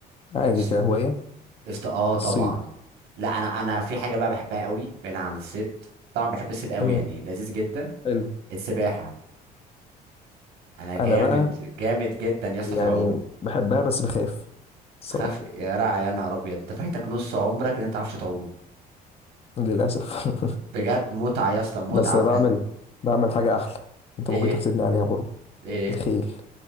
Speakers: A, on the left; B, on the right.
A: عادي
B: است...
A: كهواية
B: است... اه طبعا
A: الصيد
B: لا انا انا في حاجه بقى بحبها قوي بعيد عن الصيد طبعا بحب الصيد قوي
A: تمام
B: يعني لذيذ جدا
A: حلو
B: السباحه انا جامد
A: انا بقى
B: جامد جدا يا اسطى
A: يعني
B: في العوم
A: بحبها بس بخاف الصراحة
B: تخاف يا جدع يا نهار ابيض انت فايتك نص عمرك ان انت ما تعرفش تعوم
A: للأسف <laughs>
B: بجد متعة يا اسطى متعة
A: بس انا
B: بجد
A: بعمل بعمل حاجة احلى انت
B: ايه
A: ممكن تحسدني عليها برضه
B: ايه
A: الخيل